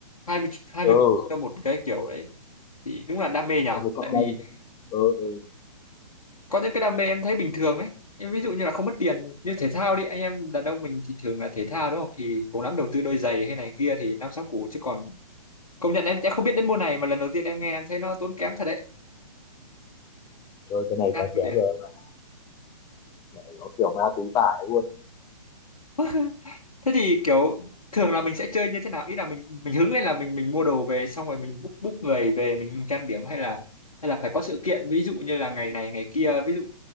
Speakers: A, on the left; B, on the left.
A: hai mươi hai
B: ừ
A: mươi cho một cái kiểu đấy thì đúng là đam mê nhỉ
B: so với cosplay
A: tại vì
B: ừ, ừ.
A: có những cái đam mê em thấy bình thường ấy em ví dụ như là không mất tiền như thể thao đi anh em đàn ông mình thì thường là thể thao đúng không thì cũng lắm đầu tư đôi giày hay này kia thì năm sáu củ chứ còn công nhận em sẽ không biết đến môn này mà lần đầu tiên em nghe em thấy nó tốn kém thật đấy
B: Trời cái này
A: ác
B: giá
A: liệt
B: kém rồi em ạ Mẹ nó kiểu ma túy vải luôn ấy.
A: <laughs> thế thì kiểu thường là mình sẽ chơi như thế nào ý là mình mình hứng lên là mình mình mua đồ về xong rồi mình book book người về mình trang điểm hay là hay là phải có sự kiện ví dụ như là ngày này ngày kia ví dụ